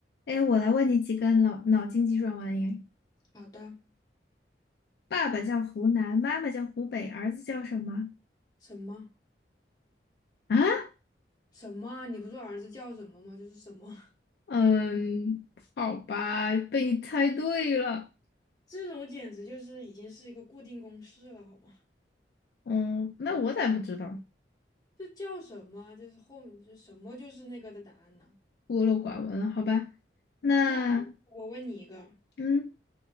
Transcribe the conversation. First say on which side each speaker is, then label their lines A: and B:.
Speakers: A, on the left (about 60°); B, on the left (about 20°).
A: 哎，我来问你几个脑脑筋急转弯耶。
B: 好的，
A: 爸爸叫湖南，妈妈叫湖北，儿子叫什么？
B: 什么
A: 啊？
B: 什么啊你不说儿子叫什么吗？就是什么，
A: 嗯，好吧，被你猜对了。
B: <laughs> 这种简直就是已经是一个固定公式了，好吗？
A: 嗯，那我咋不知道？
B: 这叫什么啊？就是后面就什么就是那个的答案呢？
A: 孤陋寡闻了，好吧。那
B: 那我我问你一个，
A: 嗯，